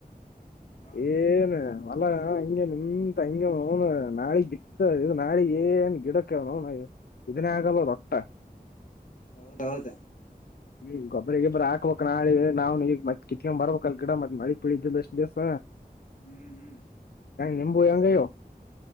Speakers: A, on the left; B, on the left.
A: ಹೌದು
B: ಏನು ಒಲ ಹಾ ಹಂ ನಿ ಎಂತ ಅಂಗ ಮೋನು ನಾಳಿಿತ್ತ ಇದು ನಾಿಗ್ ಏನ್ ಗಿಡಕ್ಕೆವ ನೋ ಇದನೇ ಆಗಲ್ಲ ರೊಟ್ಟ
A: ಹೌದೌದು
B: ಹ್ಮ್ ಗೊಬರ ಗೊಬ್ಬರ ಹಾಕ್ಬೇಕಕ್ ನಾಳೆ ನಾವವು ನೀ ಮತ್ ಕಿತ್ತಕೊ್ ಬರ್ಬೇಕ ಅಲ್ ಗಿಡ ಮತ್ ಮಳ ಳ್ದಲ್ಲ ಅಷ್ಟು ದಸ
A: ಹ್ಮ್ ಹ್ಮ್
B: ನಿಂಬು ಯಂಗಯೋ